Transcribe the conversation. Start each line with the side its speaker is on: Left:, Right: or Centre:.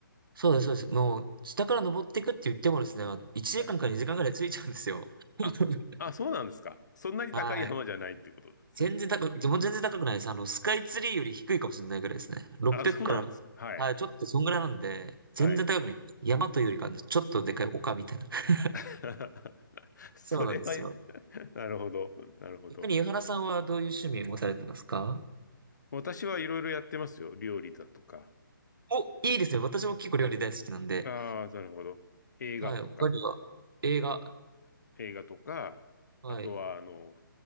Right: そうです、そうです。もう、下から登っていくって言ってもですね、1時間か2時間ぐらいついちゃうんですよ。
Left: はい。
Right: <laughs>
Left: あ、あ、そうなんですか。そんなに高い山じゃないっていうことですね。
Right: はい。全然高く、でも全然高くないです。あの、スカイツリーより低いかもしれないぐらいですね。600から、
Left: あ、そうなんですか。はい。
Right: はい、ちょっとそんぐらいなんで、全然高くない。
Left: はい。
Right: 山というよりか、ちょっとでかい丘みたいな。<laughs>
Left: <laughs> それは
Right: そうなんですよ。
Left: <laughs> なるほど。なるほど。
Right: 逆に、井原さんはどういう趣味を持たれてますか
Left: 私はいろいろやってますよ。料理だとか。
Right: お、いいですね。私も結構料理大好きなんで。
Left: ああ、なるほど。映画とか。
Right: はい、他には、映画。
Left: 映画とか、
Right: はい。
Left: あとは、あの、